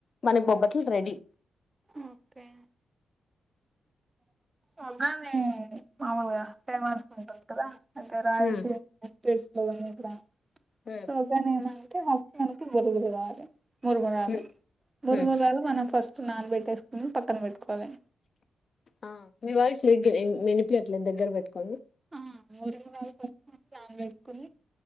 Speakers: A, on the left; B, on the right.
A: మన బొబ్బట్లు రెడీ
B: ఓకే మగానే మామలుగా టై మాన్ ఇలా రాయల్సీ
A: హ్మ్
B: స్టిజ్ జేస్కొని బ
A: హ్మ్
B: సోగా నేనా హాస్పిటల్ కి ఇద్దర్ తిరగాలే మురుమరాలు
A: హ్మ్
B: మురుమరాలు
A: హ్మ్
B: మనం ఫస్ నాన్ బెట్టేసుకోని పక్కన పెట్టుకోవాలి
A: ఆ మీ వాయిస్ లే సరిగా వినిపియట్లేద్ దగ్గర పెట్టుకోండి
B: ఆ మూర్ కురాల్ కోసం నాన్ పెట్టుకుంది